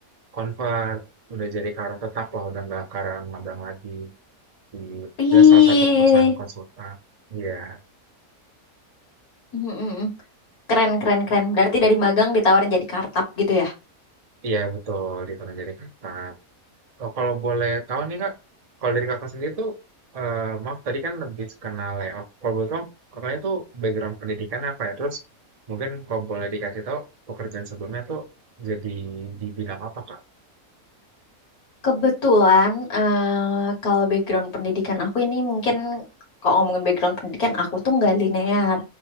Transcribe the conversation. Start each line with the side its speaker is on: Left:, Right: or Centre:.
Right: convert, udah jadi karyawan tetap lah, udah nggak karang magang lagi di
Left: Ih,
Right: ya, salah satu perusahaan konsultan. Iya.
Left: mm, mm, mm. keren keren keren berarti dari magang ditawarin jadi kartap gitu ya
Right: Iya betul, ditonton dari kakak. Oh, kalau boleh tahu nih kak, kalau dari kakak sendiri tuh, eh, maaf tadi kan lebih kenal layout. Kalau boleh tahu, kakaknya tuh background pendidikan apa ya? Terus mungkin kalau boleh dikasih tahu, pekerjaan sebelumnya tuh jadi di bidang apa kak?
Left: Kebetulan, eh, kalau background pendidikan aku ini mungkin kalau ngomongin background pendidikan aku tuh nggak linear.